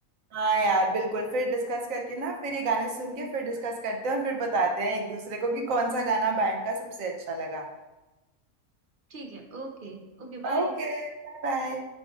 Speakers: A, on the right; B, on the right.
A: हाँ यार बिल्कुल फिर डिस्कस करके ना फिर ये गाने सुन के फिर डिस्कस करते हैं और फिर बताते हैं एक दूसरे को कि कौन सा गाना बैंड का सबसे अच्छा लगा
B: ठीक है ओके Okay bye
A: ओके Bye bye